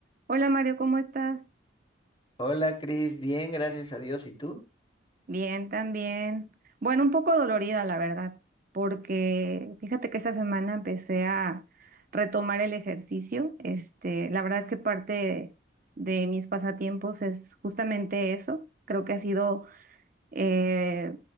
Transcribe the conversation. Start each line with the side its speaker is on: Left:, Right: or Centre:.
Right: Hola Mario, ¿cómo estás?
Left: Hola Cris, bien, gracias a Dios. ¿Y tú?
Right: Bien, también. Bueno, un poco dolorida, la verdad, porque fíjate que esta semana empecé a retomar el ejercicio. Este, la verdad es que parte de, mis pasatiempos es justamente eso. Creo que ha sido eh,